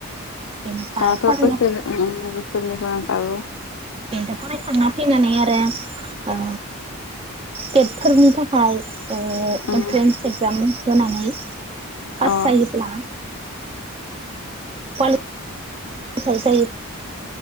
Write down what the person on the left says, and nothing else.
दाथ'
बोसोर ओं बोसोरनैखौ नांखागौ
ओं
अ